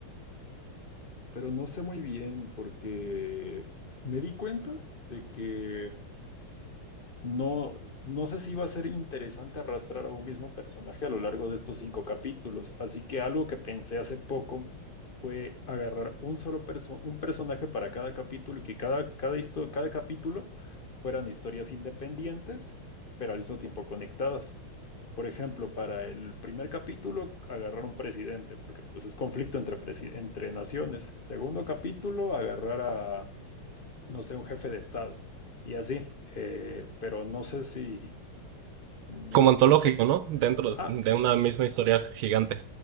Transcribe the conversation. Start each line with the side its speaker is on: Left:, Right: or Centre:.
Left: pero no sé muy bien porque me di cuenta de que No, no sé si iba a ser interesante arrastrar a un mismo personaje a lo largo de estos cinco capítulos, así que algo que pensé hace poco fue agarrar un solo perso- un personaje para cada capítulo y que cada, cada, histo- cada capítulo fueran historias independientes, pero al mismo tiempo conectadas. Por ejemplo, para el primer capítulo, agarrar un presidente, porque pues es conflicto entre, presi- entre naciones. Segundo capítulo, agarrar no sé, un jefe de Estado y así, eh, pero no sé si... mm,
Right: como antológico,
Left: te-
Right: ¿no? Dentro
Left: ah,
Right: de una misma historia gigante.